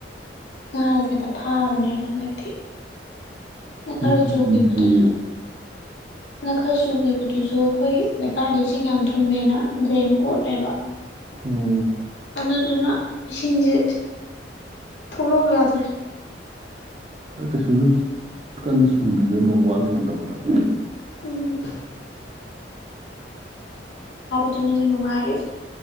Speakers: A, on the left; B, on the right.
A: ꯉꯥꯒꯁꯦꯍꯦꯛꯇ ꯐꯥꯕꯅꯦꯕ ꯍꯟꯗꯛꯇꯤ ꯗꯛ ꯈꯔ
B: ꯅꯣꯡ
A: ꯆꯨꯍꯤꯕꯗꯨꯁꯨ
B: ꯆꯨꯗ꯭ꯔꯤꯌꯦ
A: ꯑꯗꯨꯅ ꯈꯔ ꯆꯨꯈꯤꯕꯗꯨꯁꯨ ꯑꯩꯈꯣꯏ ꯂꯩꯀꯥꯏꯗꯣ ꯏꯁꯤꯡ ꯌꯥꯝ ꯊꯨꯝꯃꯦꯅ ꯗ꯭ꯔꯦꯟ ꯀꯣꯠꯂꯦꯕ
B: ꯑꯣ
A: ꯑꯗꯨꯗꯨꯅ ꯏꯁꯤꯡꯁꯦ ꯊꯣꯛꯂꯥꯎ ꯌꯥꯗ꯭ꯔꯦ
B: ꯀꯩꯁꯨꯁꯨ ꯀꯟꯅ ꯁꯨꯗ꯭ꯔꯤꯗ ꯅꯣꯡ ꯋꯥꯠꯂꯤ ꯃꯇꯝ ꯈꯔ
A: ꯎꯝ ꯑꯗꯨꯅꯤꯅ ꯅꯨꯡꯉꯥꯏꯔꯤꯁꯦ